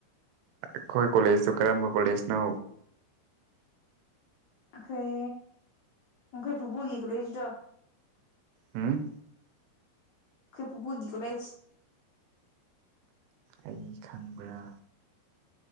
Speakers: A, on the right (about 85°); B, on the left (about 65°).
A: ꯑꯩꯈꯣꯏ ꯀꯣꯂꯦꯖꯇꯨ ꯀꯔꯝꯕ ꯀꯣꯂꯦꯖꯅꯣ
B: ꯑꯩꯈꯣꯏ ꯑꯩꯈꯣꯏ ꯐꯨꯕꯣꯒꯤ ꯒꯂꯣꯏꯁꯤꯗꯣ
A: ꯎꯝ
B: ꯑꯩꯣꯏ ꯄꯄꯨꯒꯤ ꯀꯣꯖ
A: ꯑꯩ ꯈꯪꯕ꯭ꯔꯥ